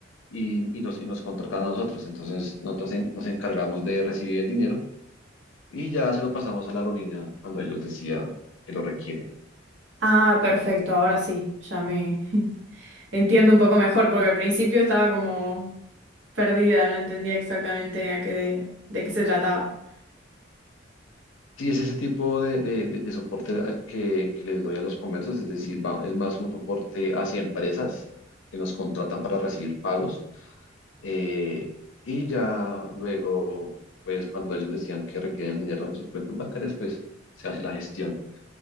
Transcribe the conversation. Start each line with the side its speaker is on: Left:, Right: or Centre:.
Left: y, y nos, y nos contratan a nosotros. Entonces, nosotros en- nos encargamos de recibir el dinero y ya se lo pasamos a la aerolínea cuando ellos decían que lo requieren.
Right: Ah, perfecto, ahora sí, ya me <laughs> entiendo un poco mejor, porque al principio estaba como perdida, no entendía exactamente a qué de de qué se trataba.
Left: Sí, es ese tipo de, de- de- de soporte al que, que les doy a los comercios, es decir, va- es más un soporte hacia empresas que nos contratan para recibir pagos. eh, y ya luego, pues cuando ellos decían que requieren el dinero en sus cuentas bancarias, pues se hace la gestión.